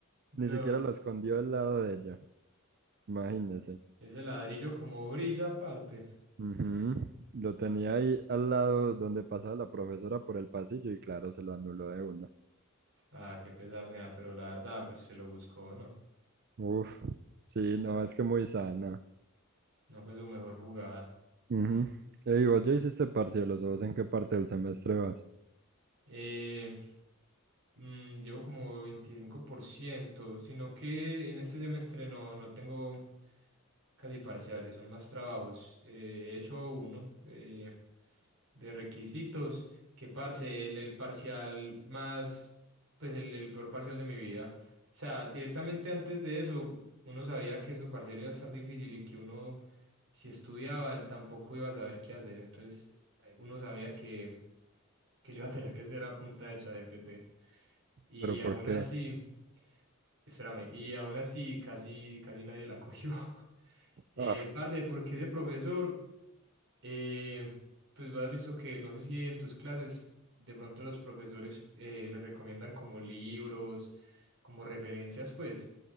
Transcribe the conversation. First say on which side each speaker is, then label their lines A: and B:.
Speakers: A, on the right (about 65°); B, on the right (about 50°).
A: No,
B: ni siquiera lo escondió al lado de ella, imagínese.
A: ese ladrillo como brilla aparte.
B: Ujú. Lo tenía ahí al lado donde pasaba la profesora por el pasillo y claro, se lo anuló de una.
A: Ah, qué pesar, nea, pero la verdad, pues se lo buscó, ¿no?
B: Uf, sí, no,
A: sea,
B: es que muy sana.
A: No fue su mejor jugada.
B: Ujú. Ey, vos ya hiciste parciales, ¿o vos en qué parte del semestre vas?
A: Eh, mm, llevo como veinticinco por ciento sino que en este semestre no, no tengo casi parciales, son más trabajos. Eh, he hecho uno, eh, de requisitos, que parce, el, el parcial más, pues el, el peor parcial de mi vida. O sea, directamente antes de eso, uno sabía que su parcial iba a estar difícil y que uno, si estudiaba, tampoco iba a saber qué hacer. Entonces, eh, uno sabía que, que lo iba a tener que hacer a punta de ChatGPT. Y
B: ¿Pero por
A: aún
B: qué?
A: así, espérame, y aún así casi, casi nadie la cogió. <laughs> Eh,
B: Ah,
A: parce, porque ese profesor Eh, pues has visto que no sé si en tus clases de pronto los profesores eh, les recomiendan como libros, como referencias, pues.